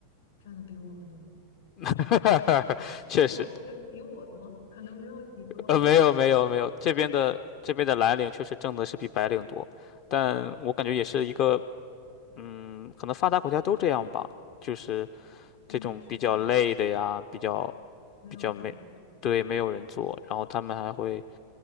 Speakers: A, on the left; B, on the left.
A: 赚的比我们多，
B: <laughs> 确实，
A: 不不，比比我多，可能没有你多，
B: 呃，没有没有没有，这边的这边的蓝领确实挣的是比白领多，但我感觉也是一个，嗯，可能发达国家都这样吧，就是
A: 应该是
B: 这种比较累的呀，比较
A: 没有人做，
B: 比较没，对，没有人做，然后他们还会，